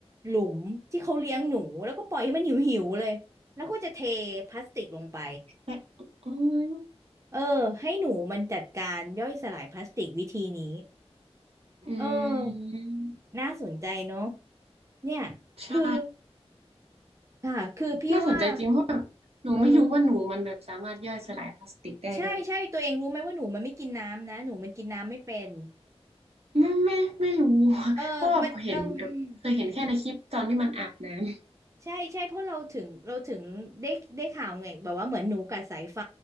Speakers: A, on the right (about 30°); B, on the right (about 70°).
A: หลุมที่เขาเลี้ยงหนูแล้วก็ปล่อยให้มันหิวหิวเลยแล้วก็จะเทพลาสติกลงไป
B: แต่อืม
A: เออให้หนูมันจัดการย่อยสลายพลาสติกวิธีนี้
B: อื
A: เออ
B: ม
A: น่าสนใจเนาะเนี่ยคือ
B: ใช่
A: ค่ะคือพี่ว่า
B: น่าสนใจจริงเพราะแบบหนูไม่รู้ว่าหนูมันแบบสามารถย่อยสลายพลาสติกได้ด้วย
A: เออ ใช่ใช่ตัวเองรู้ไหมว่าหนูมันไม่กินน้ำนะหนูมันกินน้ำไม่เป็น
B: ไม่ไม่ไม่รู้ <laughs>
A: เออมันเรา
B: เพราะแบบเห็นแบบเคยเห็นแค่ในคลิปตอนที่มันอาบน้ำ
A: <laughs> ใช่ใช่เพราะเราถึงเราถึงได้ได้ข่าวไงแบบว่าเหมือนหนูกัดสายไฟ